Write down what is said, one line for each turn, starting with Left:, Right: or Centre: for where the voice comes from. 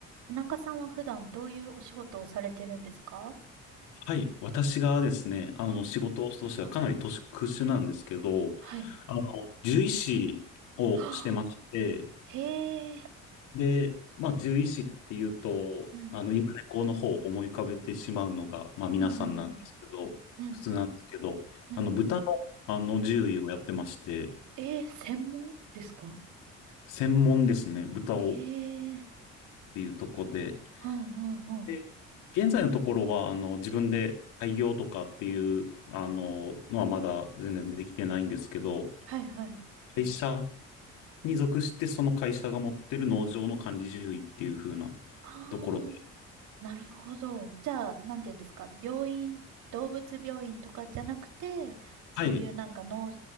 Right: 田中さんは普段どういうお仕事をされてるんですか
Left: はい。私がですね、あの、
Right: うん。
Left: 仕事としてはかなり特殊なんですけど、
Right: はい。
Left: あの、獣医師をしてまして、
Right: はあ、へえ。
Left: で、まあ、獣医師っていうと、
Right: うん。
Left: あの、犬猫の方を思い浮かべてしまうのが、まあ、皆さんなんですけど、
Right: うん、うん、うん。うん、
Left: 普通なんですけど、
Right: うん。
Left: あの、豚の、あの、獣医をやってまして、
Right: ええ、専門ですか
Left: 専門ですね、豚を、
Right: え
Left: っ
Right: えー。
Left: ていうとこで、
Right: うん、うん、うん。
Left: で現在のところは、あの、自分で開業とかっていう、
Right: うん。
Left: あの、のはまだ全然できてないんですけど、
Right: はい、はい。
Left: 会社に属して、その会社が持ってる農場の管理獣医っていう風な
Right: ああ、
Left: ところで、
Right: なるほど。じゃあ、なんて言うんですか。病院、動物病院とかじゃなくて、そういうなんか農、
Left: はい。